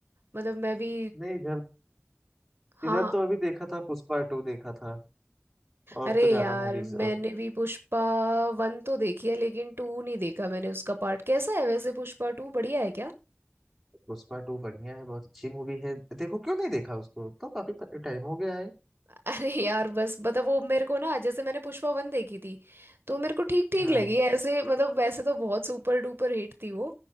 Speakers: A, on the right; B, in the centre.
A: मतलब मैं भी
B: नहीं इधर
A: हाँ
B: इधर
A: हाँ
B: तो अभी देखा था पुष्पा टू देखा था और
A: अरे
B: तो ज्यादा
A: यार
B: मूवीज
A: मैंने
B: और नहीं।
A: भी पुष्पा वन तो देखी है लेकिन टू नहीं देखा मैंने उसका पार्ट कैसा है वैसे पुष्पा टू बढ़िया है क्या
B: पुष्पा टू बढ़िया है बहुत अच्छी मूवी है देखो क्यों नहीं देखा उसको तो काफी टाइम हो गया है
A: अरे यार बस मतलब वो मेरे को ना जैसे मैंने पुष्पा वन देखी थी तो मेरे को ठीक ठीक
B: हाँ
A: लगी ऐसे मतलब वैसे तो बहुत सुपर डुपर हिट थी वो